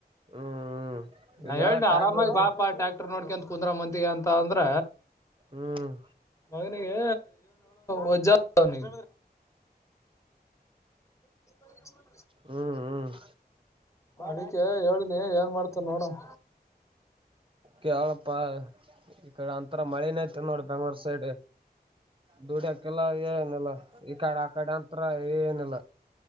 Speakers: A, on the right; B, on the left.
A: ಹ್ಮ್ ಹ್ಮ್
B: ನಾ
A: ಈಗೆಲ್ಲ
B: ಹೇಳಿನ
A: ಟ್ಯಾಕ್ಟರ್
B: ಆರಾಮಾಗಿ ಬಾ ಪಾಟಾ ಟ್ರಾಕಟರ ನೋಡ್ಕಂತ ಕುಂದ್ರ ಮಂತಿಗೆ ಅಂತ ಅಂದ್ರ
A: ಹ್ಮ್
B: ಮಗನಿಗಿ ವಜಾತದವನಿಗ ಹ್ಮ್
A: ಹ್ಮ್ ಹ್ಮ್
B: ಅದಕ್ಕೆ ಹೇಳಿನಿ ಏನ್ ಮಾಡ್ತಾನ ನೋಡಮ್
A: ಕೆಳಪ್ಪ ಈ ಕಡಿ ಅಂತರ ಮಳಿನೆ ಅತೆದ ನೋಡ ಬೆಂಗ್ಳೂರ್ ಸೈಡ್ ದುಡ್ಯಾಕಿಲ್ಲ ಏನಿಲ್ಲ ಈ ಕಡೆ ಆ ಕಡೆ ಅಂತ್ರ ಏನಿಲ್ಲ